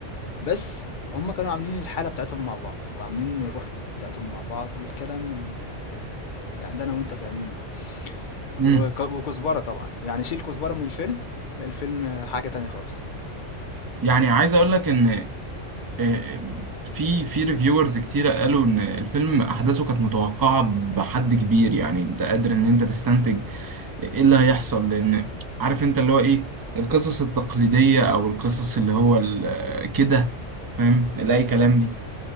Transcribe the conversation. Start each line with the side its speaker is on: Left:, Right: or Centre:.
Left: بس هم كانوا عاملين الحالة بتاعتهم مع بعض وعاملين الروح بتاعتهم مع بعض والكلام ال ال ال يعني اللي انا وانت فاهمينه ده وك-
Right: امم
Left: وكزبرة طبعا يعني شيل كزبرة من الفيلم الفيلم حاجة تانية خالص
Right: يعني عايز اقول لك ان آه، آه، في في ريفيورز كتيرة قالوا ان الفيلم احداثه كانت متوقعة بحد كبير يعني انت قادر ان انت تستنتج ايه اللي هيحصل لان عارف انت اللي هو ايه القصص التقليدية او القصص اللي هو ال- آه، كده فاهم اللي اي كلام دي